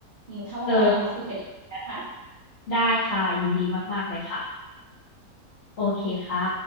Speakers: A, on the right; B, on the left.
A: อืมถ้าว่างๆเรามาคุยกันอีกนะคะ
B: เออได้ค่ะยินดีมากๆเลยค่ะโอเคค่ะ